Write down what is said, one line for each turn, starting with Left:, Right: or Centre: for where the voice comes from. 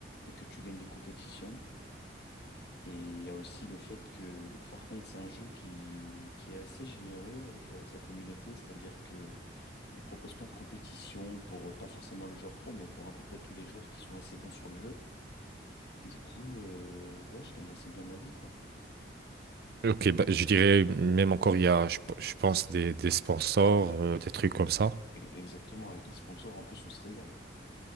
Left: et que tu gagnes des compétitions. Et il y a aussi le fait que, vu que Fortnite, c'est un jeu qui, qui est assez généreux avec euh, sa communauté, c'est-à-dire que il propose plein de compétitions pour, euh, pas forcément le joueur pro, mais pour à peu près tous les joueurs qui sont assez bons sur le jeu. Du coup, euh, ouais, je gagne assez bien ma vie, quoi.
Right: Ok, bah, je dirais même encore il y a, je, p- je pense des des sponsors, euh, des trucs comme ça.
Left: E- Exactement, avec les sponsors, en plus, on se régale.